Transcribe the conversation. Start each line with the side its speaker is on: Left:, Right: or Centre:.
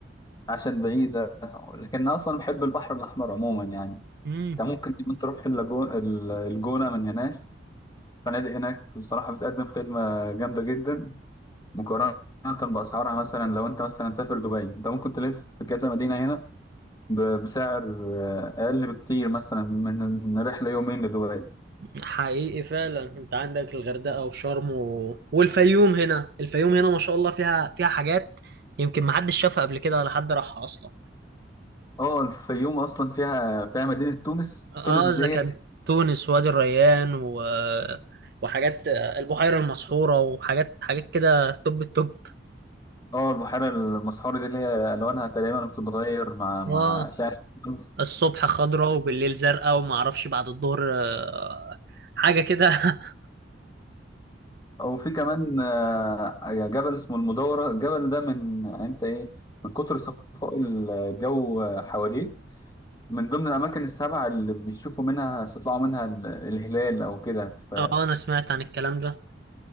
Left: عشان بعيدة لكن أنا أصلا بحب البحر الأحمر عموما يعني
Right: امم
Left: أنت ممكن كمان تروح اللاجون ال- الجونة من هناك فنادق هناك بصراحة بتقدم خدمة جامدة جدا مقارنة بأسعارها مثلا لو أنت مثلا مسافر دبي أنت ممكن تلف في كذا مدينة هنا ب- بسعر آه، أقل بكتير مثلا من رحلة يومين لدبي
Right: حقيقي فعلا انت عندك الغردقه وشرم و... والفيوم هنا الفيوم هنا ما شاء الله فيها فيها حاجات يمكن ما حدش شافها قبل كده ولا حد راحها اصلا
Left: أه الفيوم أصلا فيها فيها مدينة تونس
Right: اه
Left: تونس دي
Right: اذا كان تونس وادي الريان و... وحاجات البحيره المسحوره وحاجات حاجات كده توب التوب
Left: اه البحيرة المسحورة دي اللي هي ألوانها تقريبا بتتغير مع مع
Right: اه
Left: أشعة الشمس
Right: الصبح خضراء وبالليل زرقاء وما اعرفش بعد الظهر آه، حاجه كده <laughs>
Left: او في كمان آه، جبل اسمه المدورة الجبل ده من انت ايه من كتر صفاء الجو حواليه من ضمن الاماكن السبعة اللي بيشوفوا منها بيطلعوا منها ال- الهلال او كده ف...
Right: اه انا سمعت عن الكلام ده